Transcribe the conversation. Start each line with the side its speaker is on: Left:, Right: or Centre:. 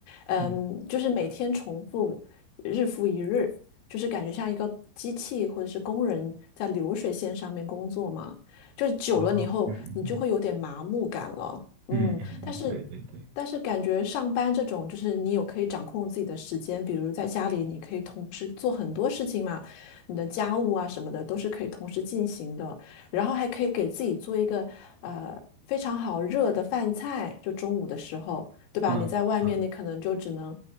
Left: 嗯，
Right: 嗯，
Left: 就是每天重复，日复一日，就是感觉像一个机器或者是工人在流水线上面工作嘛，就是久了以后你就会有点麻木感了，
Right: 哦，嗯嗯
Left: 嗯，
Right: 嗯嗯嗯，
Left: 但是。
Right: 嗯对对对，
Left: 但是感觉上班这种，就是你有可以掌控自己的时间，比如在家里你可以同时做很多事情嘛，你的家务啊什么的都是可以同时进行的，然后还可以给自己做一个呃非常好热的饭菜，就中午的时候，对吧？
Right: 嗯嗯
Left: 你在外面你可能就只能